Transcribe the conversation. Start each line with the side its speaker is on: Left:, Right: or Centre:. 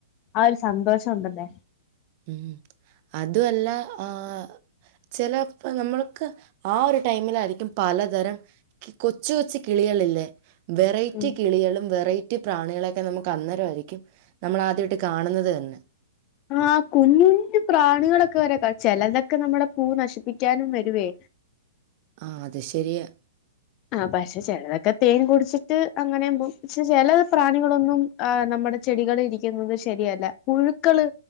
Left: ആ ഒരു സന്തോഷംണ്ടല്ലേ
Right: ഉം അതൊല്ല ആ ചെലപ്പോ നമ്മൾക്ക് ആ ഒരു ടൈമിലാരിക്കും പലതരം കൊച്ചു കൊച്ചു കിളികളില്ലേ വെറൈറ്റി
Left: ഉം
Right: കിളികളും വെറൈ റ്റി പ്രാണികളൊക്കെ നമ്മക്ക് അന്നേര വായിരിക്കും നമ്മള് ആദ്യായിട്ട്കാണുന്നത് തന്നെ
Left: ആ കുഞ്ഞുകുഞ്പ്രാണികളൊക്കെ വ രേ ചെലതൊക്കെ നമ്മടെ പൂ നശിപ്പിക്കാനും വരുവേ
Right: ആഹ് അത് ശരിയാ
Left: ആഹ് പക്ഷെ ചെലതൊക്കെ തേൻ കുടിച്ചിട്ട് അങ്ങനേം പോം ക്ഷേ ചെല പ്രാണികളൊന്നും ആഹ് നമ്മടെ ചെടികളിലിരിക്കുന്നത് ശരിയല്ല പുഴുക്കള്